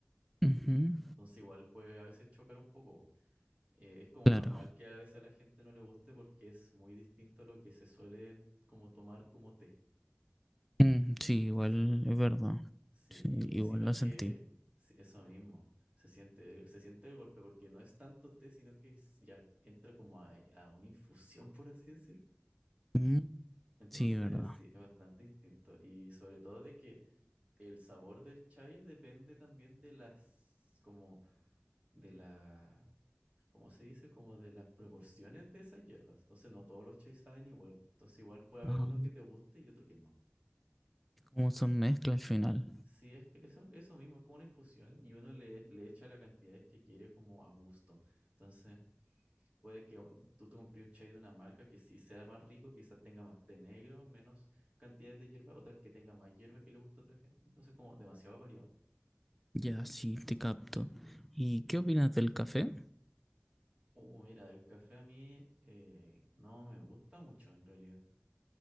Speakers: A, in the centre; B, on the right.
A: ujú,
B: Entonces igual puede a veces chocar un poco. Eh, es como
A: Claro.
B: normal que a veces a la gente no le guste porque es muy distinto a lo que se suele como tomar como té.
A: Mm, sí, igual
B: Sí,
A: es verdad.
B: sí,
A: Sí,
B: y
A: igual
B: encima
A: lo
B: que
A: sentí.
B: sí, eso mismo, se siente, se siente el golpe porque no es tanto té, sino que es- ya entra como a, a una infusión, por así decir.
A: Mm,
B: Entonces,
A: sí, verdad.
B: sí, es bastante distinto. Y sobre todo de que el sabor del chai depende también de las, como, de la ¿cómo se dice? Como de las proporciones de esas hierbas. Entonces no todos los chais saben igual. Entonces igual puede haber
A: Ah,
B: uno que te guste y otro que no.
A: como son mezcla al final.
B: Sí, es que eso, eso mismo, es como una infusión y uno le, le echa las cantidades que quiere como a gusto. Entonces puede que bueno, tú te compres un chai de una marca que sí sea más rico, quizás tenga más té negro, menos cantidad de hierba, otras que tengan más hierba que le gusta a otra gente. Entonces como demasiado variado.
A: Ya, sí, te capto. ¿Y qué opinas del café?
B: Oh, mira, el café a mí eh, no me gusta mucho en realidad.